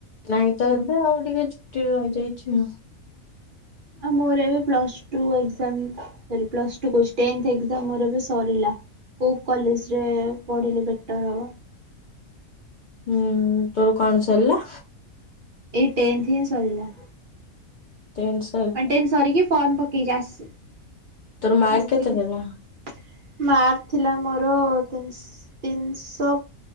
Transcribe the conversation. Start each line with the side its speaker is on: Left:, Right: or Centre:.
Left: ନାଇଁ ତ ଏବେ ଆଉ ଟିକେ ଛୁଟିରେ ରହିଯାଇଛି ଆଉ।
Right: ଆଉ ମୋର ଏବେ plus two exam sorry plus two କହୁଚି ଟେନ୍ଥ ଏଗ୍ଜାମ ମୋର ଏବେ ସରିଲା। କୋଉ କଲେଜରେ ପଢିଲେ ବେଟର୍ ହବ?
Left: ହୁଁ ତୋର କଣ ସରିଲା?
Right: ଏଇ ଟେନ୍ଥ ହିଁ ସରିଲା।
Left: ଟେନ୍ସ
Right: ନାଇଁ ଟେନ୍ଥ ସାରିକି ଫର୍ମ ପକେଇଚି ଆସି
Left: ତୋର ମାର୍କ
Right: ଆସିନି
Left: କେତେ ଦେଲା?
Right: ମାର୍କ ଥିଲା ମୋର ତିନଶ୍ ତିନଶ